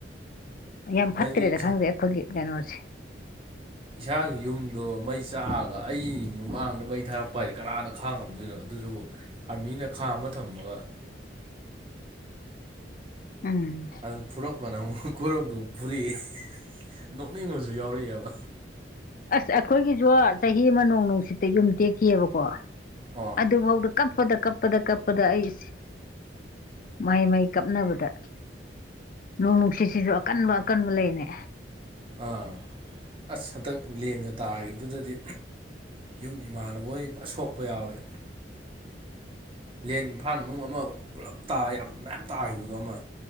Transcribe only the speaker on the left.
ꯌꯥꯝ
ꯐꯠꯇ꯭ꯔꯦꯗ ꯈꯪꯗꯦ ꯑꯩꯈꯣꯏꯒꯤ ꯀꯩꯅꯣꯁꯦ
ꯎꯝ
ꯑꯁ ꯑꯩꯈꯣꯏꯒꯤꯁꯨ ꯆꯍꯤ ꯑꯃ ꯅꯣꯡ ꯅꯨꯡꯁꯤꯠꯇ ꯌꯨꯝ ꯇꯦꯛꯈꯤꯑꯕꯀꯣ
ꯑꯗꯨꯐꯥꯎꯗ ꯀꯞꯄꯗ ꯀꯞꯄꯗ ꯀꯞꯄꯗ ꯑꯩ ꯃꯍꯩ ꯃꯍꯩ ꯀꯞꯅꯕꯗ ꯅꯣꯡ ꯅꯨꯨꯁꯤꯠ ꯁꯤꯖꯨ ꯑꯀꯟꯕ ꯑꯀꯟꯕ ꯂꯩꯅꯦ꯫